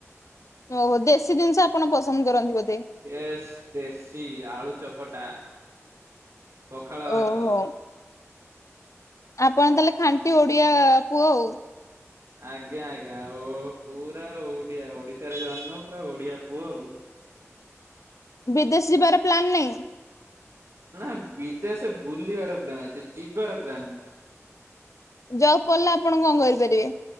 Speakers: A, on the left; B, on the right.
A: ଓହୋ ଦେଶୀ ଜିନିଷ ଆପଣ ପସନ୍ଦ କରନ୍ତି ବୋଧେ?
B: ଏ ଦେଶୀ ଆଳୁ ଚକଟା ପଖାଳ ଭାତ
A: ଓହୋ ଆପଣ ତାହେଲେ ଖାଣ୍ଟି ଓଡିଆ ପୁଅ ଆଉ।
B: ଆଜ୍ଞା ଆଜ୍ଞା ଆଉ ପୁରା ଓଡିଆ ଓଡିଶାରେ ଜନ୍ମ ପୁରା ଓଡିଆ ପୁଅ ଆଉ।
A: ବିଦେଶ ଯିବାର ପ୍ଲନ୍ ନାଇଁ?
B: ନା ବିଦେଶ ବୁଲିବାର ପ୍ଲାନ୍ ଅଛି ଯିବାର ପ୍ଲାନ ନାହିଁ।
A: ଜବ ପଡ଼ିଲେ ଆପଣ କଣ କରିପାରିବେ